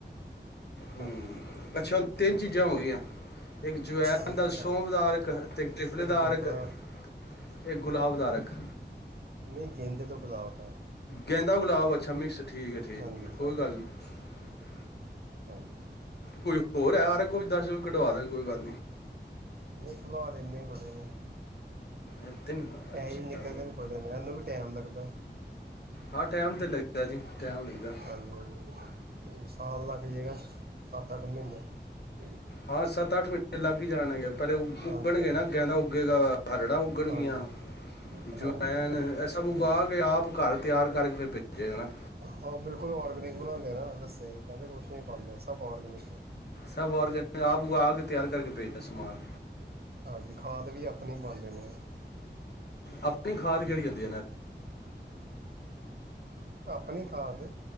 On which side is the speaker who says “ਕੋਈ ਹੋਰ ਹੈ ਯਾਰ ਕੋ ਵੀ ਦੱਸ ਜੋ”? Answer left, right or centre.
Left